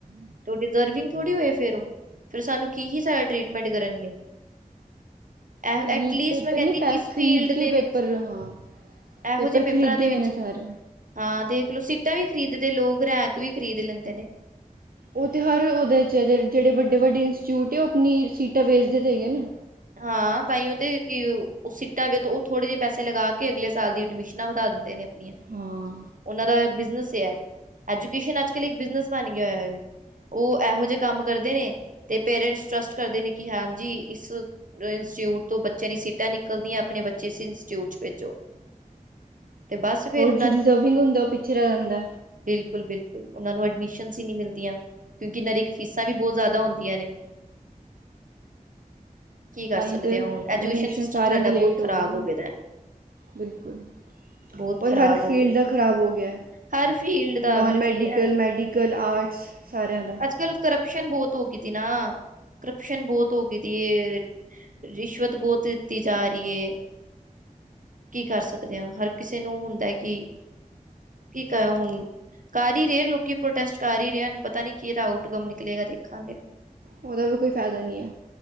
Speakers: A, on the right (about 65°); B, on the right (about 80°).
A: ਓ ਡਿਜ਼ਰਵਿੰਗ ਥੋੜ੍ਹੀ ਹੋਏ ਫੇਰ ਓ, ਫਿਰ ਸਾਨੂੰ ਕੀ ਹੀ ਸਾਡਾ ਟ੍ਰੀਟਮੈਂਟ ਕਰਨਗੇ। ਐਹੋ
B: ਲੀਕ
A: ਐਟਲੀਸਟ
B: ਪੇਪਰ
A: ਮੈਂ ਕੇਂਦੀ,
B: ਨਹੀਂ ਪੈ
A: ਇਸ
B: ਖਰੀਦ
A: ਫੀਲਡ
B: ਕੇ
A: ਦੇ
B: ਪੇਪਰ
A: ਵਿੱਚ,
B: ਹਾਂ
A: ਐਹੋ
B: ਪੇਪਰ
A: ਜੇ
B: ਖਰੀਦੇ
A: ਪੇਪਰਾਂ ਦੇ
B: ਹੋਏ
A: ਵਿੱਚ,
B: ਨੇ ਸਾਰੇ
A: ਹਾਂ ਦੇਖ ਲੋ ਸੀਟਾਂ ਵੀ ਖਰੀਦਦੇ ਲੋਕ, ਰੈਂਕ ਵੀ ਖਰੀਦ ਲੈਂਦੇ ਨੇ।
B: ਉਹ ਤੇ ਹਰ ਉਹਦੇ ਚ ਏ 'ਜੇਹੜੇ ਵੱਡੇ- ਵੱਡੇ ਇੰਸਟੀਊਟ ਏ, ਉਹ ਆਪਣੀ ਸੀਟਾਂ ਵੇਚਦੇ ਤੇ ਹੈਗੇ ਨੇ।
A: ਹਾਂ, ਤਾਂਈਉ ਤੇ ਕੀ ਉ ਸਿਟਾਂ ਵੇ, ਉ ਥੋੜੇ ਜੇ ਪੈਸੇ ਲਗਾ ਕੇ ਅਗਲੇ ਸਾਲ ਦੀ ਐਡਮਿਸ਼ ਨਾ ਵਧਾ ਦਿੰਦੇ ਨੇ ਆਪਣੀਆਂ।
B: ਹਾਂ
A: ਉਹਨਾ ਦਾ ਬਿਜਨਸ ਏ ੲੈ, ਐਜੂਕੇਸ਼ਨ ਅਜ-ਕਲ ਇਕ ਬਿਜਨਸ ਬਨ ਗਿਆ ਹੋਇਆ ਏ। ਉਹ ੲੈਹੋ ਜੇ ਕੰਮ ਕਰਦੇ ਨੇ, ਤੇ ਪੇਰੈਂਟਸ ਟਰਸਟ ਕਰਦੇ ਨੇ ਕਿ ਹਾਂਜੀ ਇਸ ਇੰਸਟੀਚਿਊਟ ਤੋਂ ਬੱਚਿਆਂ ਦੀ ਸੀਟਾਂ ਨਿਕਲਦੀਆਂ, ਆਪਣੇ ਬੱਚੇ ਇਸ ਇੰਸਚਿਊਟ ਚ ਭੇਜੋ। <inaudible> ਫੇਰ
B: ਹੋਰ ਜੋ ਡਿਜ਼ਰਵਿੰਗ ਹੁੰਦਾ, ਓ ਪਿੱਛੇ ਰੈ ਜਾਂਦਾ।
A: ਬਿਲਕੁਲ-ਬਿਲਕੁਲ ਓਨਾਂ ਨੂੰ ਐਡਮਿਸ਼ਨਸ ਹੀ ਨਹੀਂ ਮਿਲਦੀਆਂ, ਕਿਉਂਕਿ ਇਹਨਾਂ ਦੀ ਫੀਸਾਂ ਵੀ ਬੋਤ ਜ਼ਾਦਾ ਹੁੰਂਦੀਆਂ ਨੇ। ਕੀ ਕਰ
B: ਤਾਂਈ
A: ਸਕਦੇ
B: ਤੇ,
A: ਆ ਹੁਣ ਐਜੂਕੇਸ਼ਨ
B: ਐਡਮਿਸ਼ਨ
A: ਸਿਸਟਮ
B: ਸਾਰਿਆਂ
A: ਸਾਡਾ
B: ਦੀ ਲੇਟ
A: ਬਹੁਤ
B: ਹੋ
A: ਖ਼ਰਾਬ
B: ਗਈ ਏ
A: ਗਿਆ ਦਾ
B: ਬਿਲਕੁਲ।
A: ਬਹੁਤ
B: ਔਰ
A: ਖ਼ਰਾਬ
B: ਹਰ
A: ਹੋ
B: ਫੀਲਡ
A: ਗਿਆ
B: ਦਾ ਖਰਾਬ ਹੋ ਗਿਆ ਐ।
A: ਹਰ ਫੀਲਡ ਦਾ
B: ਨੋਨ
A: ਹਰ
B: ਮੈਡੀਕਲ,
A: ਫੀਲ
B: ਮੈਡੀਕਲ, ਆਰਟਸ ਸਾਰੇਆਂ ਦਾ।
A: ਅਜ -ਕੱਲ ਕਰਪਸ਼ਨ ਬੋਤ ਹੋ ਗਈ ਦੀ ਨਾ, ਕਰਪਸ਼ਨ ਬੋਤ ਹੋ ਗਈ ਦੀ ਏ। ਰਿਸ਼ਵਤ ਬੋਤ ਦਿੱਤੀ ਜਾ ਰਈ ਏ। ਕੀ ਕਰ ਸਕਦੇ ਆ, ਹਰ ਕਿਸੇ ਨੂੰ ਹੁੰਦਾ ਕਿ, ਕੀ ਕ ਹੁਣ ਕਰ ਈ ਰਏ ਲੋਕੀ ਪ੍ਰੋਟੈਸਟ ਕਰ ਈ ਰਏ, ਪਤਾ ਨੀ ਕੀ ਏਦਾ ਆਊਟਕਮ ਨਿਕਲੇਗਾ ਦੇਖਾਂਗੇ।
B: ਓਦਾ ਵੀ ਕੋਈ ਫਾਇਦਾ ਨਈ ਏ,